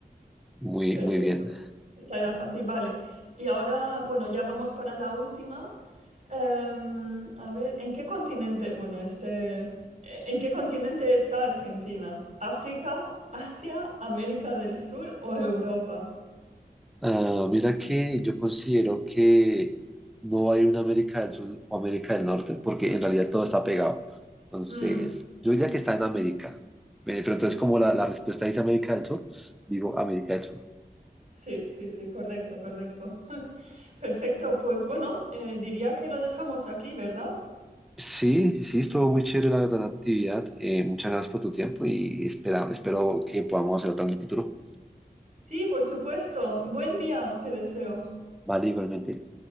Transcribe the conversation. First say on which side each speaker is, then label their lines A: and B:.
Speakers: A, in the centre; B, on the right (about 50°).
A: muy,
B: Perfecto.
A: muy bien.
B: Esta era fácil, vale. Y ahora, bueno, ya vamos para la última. Em, a ver, ¿en qué continente? Bueno, este, eh, ¿en qué continente está Argentina? ¿África, Asia, América del Sur o Europa?
A: Ah, mira que yo considero que no hay una América del Sur o América del Norte, porque en realidad todo está pegado. Entonces,
B: Mm,
A: yo diría que está en América. Eh, Pero entonces, como la, la respuesta dice América del Sur, digo América del Sur.
B: sí, sí, sí, correcto, correcto. <laughs> Perfecto, pues bueno, eh, diría que lo dejamos aquí, ¿verdad?
A: Sí, sí, estuvo muy chévere la gran actividad. Eh, muchas gracias por tu tiempo y espera, espero que podamos hacer otra en el futuro.
B: Sí, por supuesto. Buen día, te deseo.
A: Vale, igualmente.